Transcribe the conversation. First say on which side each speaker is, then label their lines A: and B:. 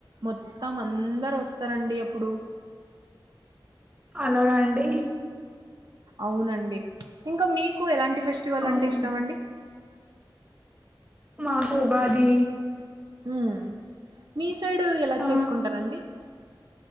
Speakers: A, on the right (about 55°); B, on the right (about 15°).
A: మొ తామందరొస్తరండి అప్పుడు.
B: అలాగ అండి.
A: ఔనండి ఇంక మీకు ఎలాంటి ఫెస్టివలంటె
B: అవును
A: ఇష్టమండి.
B: మాకు ఉగాదీ.
A: ఉమ్ మీ సైడు ఎల
B: ఆ
A: చేస్కుంటరండి.